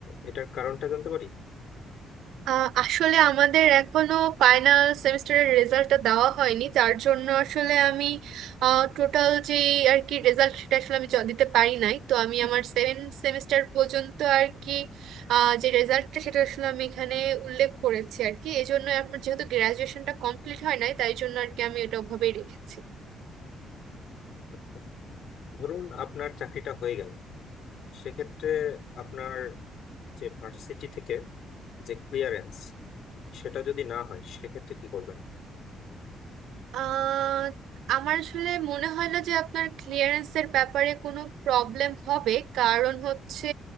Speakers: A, on the left; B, on the right.
A: এটার কারণটা জানতে পারি
B: আহ, আসলে আমাদের এখনো ফাইনাল সেমিস্টারের রেজাল্টটা দেওয়া হয়নি যার জন্য আসলে আমি টোটাল যে আর কি রেজাল্ট সেটা আসলে আমি জ- দিতে পারি নাই তো আমি আমার সেভেন সেমিস্টার পর্যন্ত আর কি আহ, যে রেজাল্টটা সেটা আসলে আমি এখানে উল্লেখ করেছি আর কি এই জন্য আমার যেহেতু গ্রাজুয়েশনটা কমপ্লিট হয় নাই তাই জন্য আর কি আমি এটা ওভাবেই রেখেছি
A: আচ্ছা ধরুন আপনার চাকরিটা হয়ে গেল সেক্ষেত্রে আপনার যে ভার্সিটি থেকে যে ক্লিয়ারেন্স সেটা যদি না হয় সেক্ষেত্রে কি করবেন
B: আহ, আমার আসলে মনে হয় না যে আপনার ক্লিয়ারেন্সের ব্যাপারে কোনো প্রবলেম হবে কারণ হচ্ছে